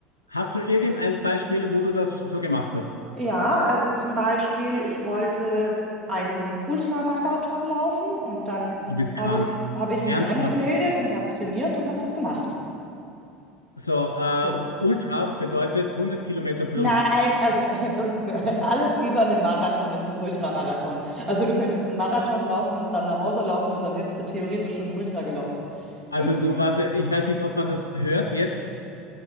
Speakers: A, on the left; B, on the right.
A: Hast du irgendein Beispiel, wo du das so gemacht hast?
B: Ja, also zum Beispiel, ich wollte einen Ultramarathon laufen und dann
A: Du bist
B: habe
A: krank.
B: ich, habe ich mich
A: Ernsthaft.
B: angemeldet und habe trainiert und habe das gemacht.
A: So, äh,
B: So.
A: Ultra bedeutet 100 Kilometer plus.
B: Nein, also <laughs> das ist ge- <laughs> alles über einen Marathon ist ein Ultramarathon. Also du könntest einen Marathon laufen und dann nach Hause laufen und dann hättest du theoretisch schon einen Ultra gelaufen.
A: Also
B: Ich
A: du,
B: bin,
A: warte, ich weiß nicht, ob man das hört jetzt.